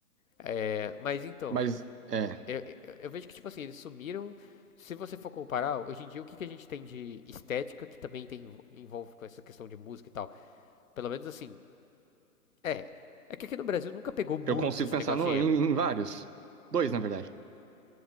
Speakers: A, on the left; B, on the right.
A: É, mas então,
B: Mas é,
A: eu, eu, eu vejo que, tipo assim, eles sumiram. Se você for comparar, hoje em dia, o que, que a gente tem de estética que também tem, envolve com essa questão de música e tal? Pelo menos assim, é. É que aqui no Brasil nunca pegou muito
B: eu consigo
A: esse
B: pensar
A: negócio
B: no-
A: de emo.
B: em, em vários. Dois, na verdade.